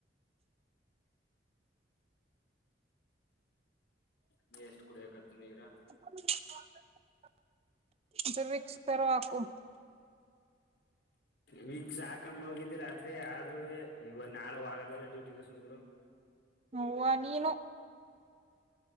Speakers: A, on the left; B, on the right.
A: ನೀ ಎಷ್ಟ್ ಕುಡಿಬೇಕ ಅಂತಿ ನೀರ.
B: <unintelligible> ಪೆರೊ ಹಾಕೂ
A: ವೀಕ್ಸ್ ಹಾಕಂಡ್ ಮಲಗಿದೆ ರಾತ್ರಿ ಆದ್ರೂವೆ ಇವಾಗ ನಾಳೆ ಹೋಗದಲ್ಲ ಡ್ಯೂಟಿಗೆ ಸುಮ್ಮಿರ.
B: ಅವ್ವ ನೀನು.